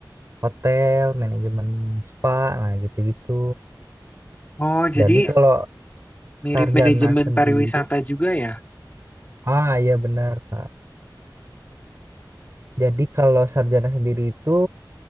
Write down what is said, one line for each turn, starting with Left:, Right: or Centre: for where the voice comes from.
Right: hotel, manajemen spa, nah gitu-gitu.
Left: Oh, jadi
Right: Jadi kalau
Left: Mirip
Right: sarjana
Left: manajemen
Right: sendiri,
Left: pariwisata juga ya?
Right: ah iya benar Kak. Jadi kalau sarjana sendiri itu,